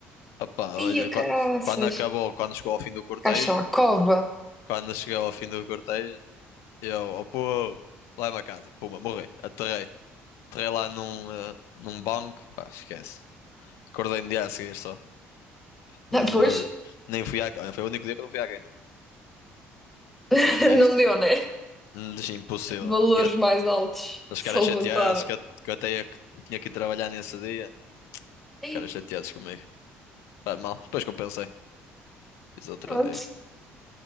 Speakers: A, on the left; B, in the centre.
A: Opá, olha,
B: Ia caraças.
A: qua- quando, acabou, quando chegou ao fim do cortejo,
B: Caixa à cova.
A: quando chegou ao fim do cortejo, eu, oh, pô, lá é uma casa, puma, morri, aterrei. Entrei lá num, eh, num banco, pá, esquece. Acordei no dia a seguir só. Morto.
B: Ah, pois,
A: Nem fui à queima. Foi o único dia que eu não fui à queima.
B: <laughs>
A: Mas de resto,
B: não deu, né?
A: hum, deixa impossível.
B: Valores
A: E eu-
B: mais altos
A: eles
B: se
A: ficaram
B: levantaram.
A: chateados que eu, que eu até ia- que tinha que ir trabalhar nesse dia. Eles
B: Ei,
A: Ficaram chateados comigo. Faz mal. Depois compensei. Fiz outro
B: pronto.
A: dia.